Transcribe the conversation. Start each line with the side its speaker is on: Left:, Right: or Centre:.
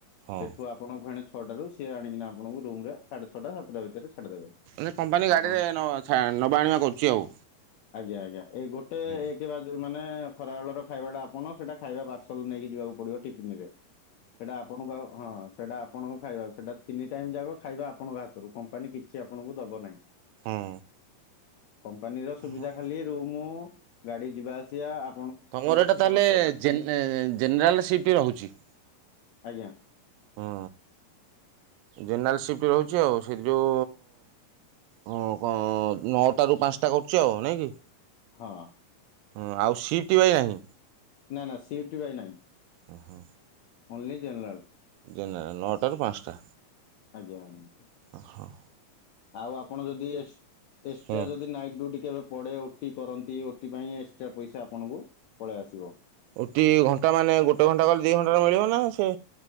Right: ହଁ
Left: ସେଠୁ ଆପଣ ଫେଣେ ଛଅଟା ରୁ ସିଏ ଆଣିକିନା ଆପଣଙ୍କୁ ରୁମ୍ ରେ ସାଢେ ଛଅଟା ସାତଟା ଭିତରେ ଛାଡିଦେବେ।
Right: ନେ- କମ୍ପାନୀ ଗାଡ଼ିରେ
Left: ଆପଣ
Right: ନ-ଛା-ନବା ଆଣିବା କରୁଛି ଆଉ।
Left: ଆଜ୍ଞା, ଆଜ୍ଞା ଏଇ ଗୋଟେ
Right: ହୁଁ
Left: ଏକ ବା ଯୋଉ ମାନେ ଖରାବେେଳର ଖାଇବା ଟା ଆପଣ ସେଟା ଖାଇବା ପାର୍ସଲ ନେଇକି ଯିବାକୁ ପଡିବ ଟିଫିନ ରେ। ସେଟା ଆପଣଙ୍କୁ ଆଉ, ହଁ ସେଇଟା ଆପଣଙ୍କ ଖାଇବା ସେଟା ତିନି ଟାଇମ୍ ଯାକ ଖାଇବା ଆପଣଙ୍କ ହାତରୁ। କମ୍ପାନୀ କିଛି ଆପଣଙ୍କୁ ଦବ ନାହିଁ।
Right: ହଁ।
Left: କମ୍ପାନୀର ସୁବିଧା
Right: ହଁ
Left: ଖାଲି ରୁମୁ, ଗାଡି ଯିବା ଆସିବା, ଆ
Right: ତୋମର ଏଟା ତାହେଲେ ଜେନ ଏ, ଜେନେରାଲ ସିପ୍ଟ ରହୁଛି?
Left: ଆଜ୍ଞା।
Right: ହଁ ଜେନେରାଲ ସିଫ୍ଟ ରହୁଚି ଆଉ। ସେଇଠି ଯୋଉ ହଁ କଣ ନଅଟା ରୁ ପାନ୍ସଟା କରୁଚି ଆଉ ନାଇଁ କି?
Left: ହଁ।
Right: ହଁ ଆଉ ସିଟ୍ ବାଇ ନାହିଁ?
Left: ନା ନା ସିଟି ବାଇ ନାଇଁ।
Right: ଓ ହୋ।
Left: ଓନ୍ଲି ଜେନଲାଲ।
Right: ଜେନରାଲ ନଅଟା ରୁ ପାନ୍ସଟା।
Left: ଆଜ୍ଞା ଆଜ୍ଞା।
Right: ଓ ହୋ।
Left: ଆଉ ଆପଣ ଯଦି ଏସ୍ ଏକ୍ସଟ୍ରା
Right: ହଁ
Left: ଯଦି ନାଇଟ୍ ଡ୍ୟୁଟି କେବେ ପଡେ ଓଟି କରନ୍ତି। ଓଟି ପାଇଁ ଏକ୍ସଟ୍ରା ପଇସା ଆପଣଙ୍କୁ ପଳେଇ ଆସିବ।
Right: ଓଟି ଘଣ୍ଟା ମାନେ ଗୋଟେ ଘଣ୍ଟା କଲେ ଦି ଘଣ୍ଟାର ମିଳିବ ନା ସେ